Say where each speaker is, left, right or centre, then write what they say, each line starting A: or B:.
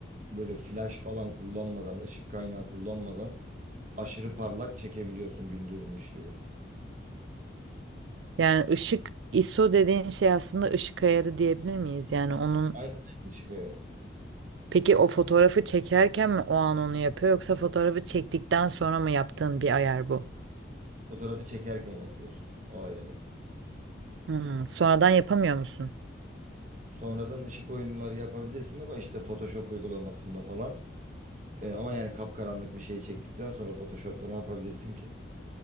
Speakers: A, on the right; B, on the right.
A: böyle flash falan kullanmadan, ışık kaynağı kullanmadan aşırı parlak çekebiliyorsun gündüzmüş gibi.
B: Yani ışık ISO dediğin şey aslında ışık ayarı diyebilir miyiz? Yani onun
A: Aynen öyle ışık ayarı.
B: peki o fotoğrafı çekerken mi o an onu yapıyor yoksa fotoğrafı çektikten sonra mı yaptığın bir ayar bu?
A: Fotoğrafı çekerken yapıyorsun o ayarı.
B: Hmm, sonradan yapamıyor musun?
A: Sonradan ışık oyunları yapabilirsin ama işte Photoshop uygulamasında falan. E, ama yani kapkaranlık bir şey çektikten sonra Photoshop'ta ne yapabilirsin ki?